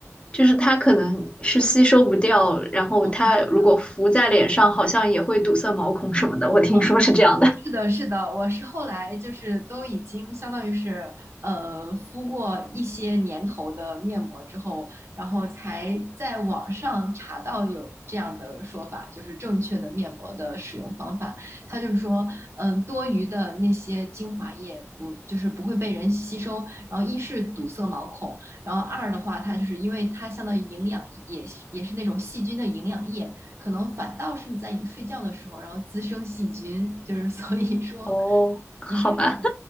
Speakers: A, on the left; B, on the right.
A: 就是它可能是吸收不掉，然后它如果浮在脸上，
B: 哦是的
A: 好像也会堵塞毛孔什么的，我听说是这样的。
B: 嗯是的，是的，我是后来就是都已经相当于是呃敷过一些年头的面膜之后，然后才在网上查到有这样的说法，就是正确的面膜的使用方法。它就是说，嗯、多余的那些精华液不就是不会被人吸收，然后一是堵塞毛孔，然后二的话，它就是因为它相当于营养也是也是那种细菌的营养液，可能反倒是你在你睡觉的时候，然后滋生细菌，就是所以说
A: <laughs> 哦，好吧，
B: 你还是要把